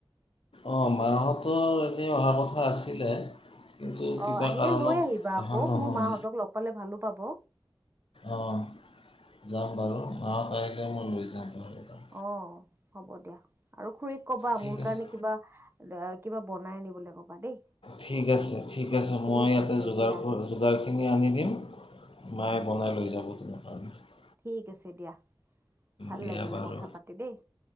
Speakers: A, on the left; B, on the right.
A: অঁ মাহঁতে এনেই অহা কথা আছিলে। কিন্তু কিবা
B: অ আহিলে
A: কাৰণত
B: লৈ আহিবা
A: অহা
B: আকৌ
A: নহ'ল
B: মোৰ মাহঁতক লগ পালে ভাল লাগিব হব
A: অঁ যাম বাৰু মাহত আহিলে মই লৈ যাম বাৰু এবাৰ
B: অ হ'ব দিয়া আৰু খুৰীক কবা
A: ঠিক
B: মোৰ
A: আছে
B: কাৰণে কিবা কিবা বনাই আনিবলৈ কবা দেই
A: ঠিক আছে ঠিক আছে
B: ঠিক
A: মই ইয়াতে
B: আছে
A: যোগাৰ
B: দিয়া
A: যোগাৰখিনি আনি দিম মায়ে বনাই লৈ যাব তোমাৰ কাৰণে
B: ঠিক আছে দিয়া ভাল
A: দিয়া
B: লাগিলে
A: বাৰু
B: কথা পাতি দেই